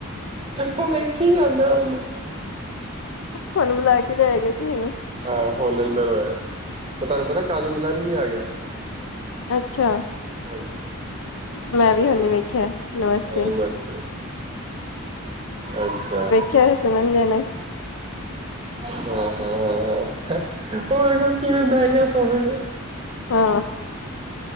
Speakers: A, on the right; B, on the left.
A: ਦੱਸ ਕੀ ਹੁੰਦਾ ਉਹਨੂੰ।
B: ਹੁਣ ਬੁਲਾ ਕੇ ਲਿਆਏਗਾ ਕੀਨੂੰ
A: ਆ ਹੁਣ ਅੰਦਰ ਹੋਇਆ। ਤੁਹਾਨੂੰ ਪਤਾ ਕਾਲੂ ਮਦਾਰੀ ਵੀ ਆ ਗਿਆ।
B: ਅੱਛਾ।
A: ਹਾਂਜੀ।
B: ਮੈਂ ਵੀ ਹੁਣੀ ਵੇਖਿਆ। ਨਮਸਤੇ
A: ਹੈਲੋ ਮੈਮ। ਅੱਛਾ।
B: ਕਲਸ ਮੰਨ <inaudible>
A: <inaudible> ਓ ਇਹਨੂੰ ਕਿਵੇਂ ਬੈ ਗਿਆ ਸੋਫੇ ਤੇ।
B: ਹਾਂ <unintelligible>